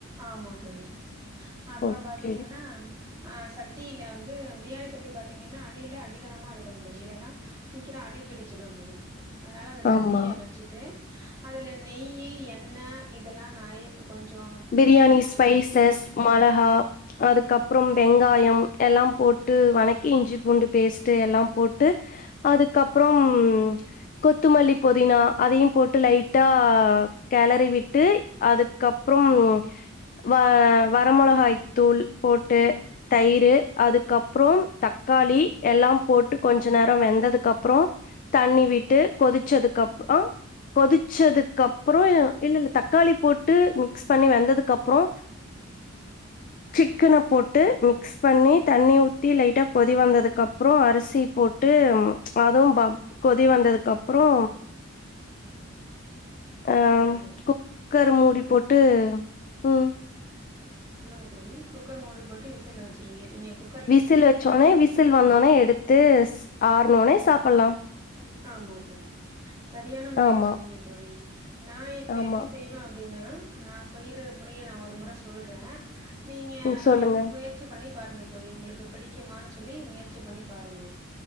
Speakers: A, on the right; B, on the left.
A: ஆமா தோழி அப்புறோ
B: ஓகே
A: பாத்தீங்கன்னா ஆ சட்டியில வந்து பிரியாணி சட்டி பாத்திங்கன்னா அடியில அடிகனமா இருக்கணு தோழி இல்லைனா சீக்கரோ அடிபிடிச்சுடு தோழி அதனால அந்த சட்டிய
B: ஆமா
A: வ ச்சுட்டு அதுல நெய்யி எண்ணெ இதல்லா நறிய கொஞ்சோ
B: பிரியாணி ஸ்பைசஸ் மொளகா அதுக்கப்றம் வெங்காயம் எல்லா போட்டு வணக்கி இஞ்சி பூண்டு பேஸ்ட்டு எல்லா போட்டு அதுக்கப்றம் கொத்துமல்லி புதினா அதயு போட்டு லைட்டா கேளரி விட்டு அதுக்கப் அப்புறம் வ வர மொளகாய் தூள் போட்டு தயிரு அதுக்கப்றோம் தக்காளி எல்லா போட்டு கொஞ்ச நேர வெந்ததுக்கு அப்பறோ தண்ணி விட்டு கொதிச்சதுக்கப்றோ கொதிச்சதுக்கு அப்றோ இல்ல இல்ல தக்காளி போட்டு மிக்ஸ் பண்ணி வெந்ததுக்கப்றோ
A: உஹ
B: சிக்கன போட்டு மிக்ஸ் பண்ணி தண்ணி ஊத்தி லைட்டா கொதி வந்ததுக்கப்றோ அரிசி போட் டு அது ப கொதி வந்ததுக்கப்றோ அ
A: சொல்லுங்க தோழி.
B: குக்கர் மூடி போட்டு ம்
A: சொல்லுங்க தோழி குக்கர் மூடி போட்டு விசில்ல வெச்சிருவீங்க நீங்க குக்
B: விசில் வெச்சோனே விசில் வந்தோனே எடுத்து ஆற்னோனே சாப்பல்லா
A: ஆமா தோழி சரியான முறைல
B: ஆமா,
A: சொன்னீங்க தோழி நா இப்ப
B: ஆமா.
A: எப்டி செய் அப்டினா நா செய்ற முறைய நா ஒரு முற சொல்றே நீங்க
B: ம் சொல்லுங்க.
A: முயற் சி பண்ணி பாருங்க தோழி உங்களுக்கு பிடிக்குமான் சொல்லி முயற்சி பண்ணி பாருங்க